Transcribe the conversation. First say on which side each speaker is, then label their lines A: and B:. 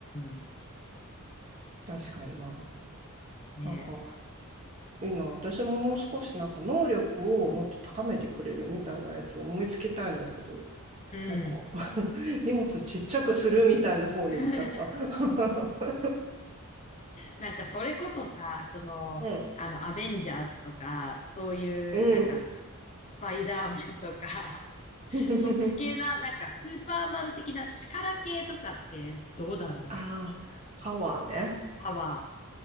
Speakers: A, on the left; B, on the right.
A: ん。
B: 確かにな。
A: ね。
B: なんかいいな。私ももう少しなんか能力をもっと高めてくれるみたいなやつを思いつきたいんだけど、
A: うん。
B: なんか <laughs> 荷物ちっちゃくするみたいな方に行っちゃった。
A: <laughs>
B: <laughs>
A: なんかそれこそさ、その、
B: うん。
A: あの、アベンジャーズとか、そういう、
B: うん。
A: なんか、スパイダーマンとか、
B: <laughs>
A: そっち系な、なんかスーパーマン的な力系とかってどうだろう
B: ああ、パワーね。
A: パワ